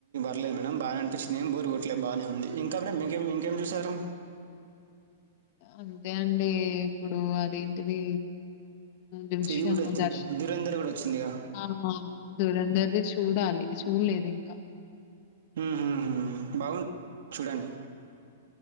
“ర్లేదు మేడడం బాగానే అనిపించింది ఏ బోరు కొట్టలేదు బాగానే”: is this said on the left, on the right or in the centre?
Right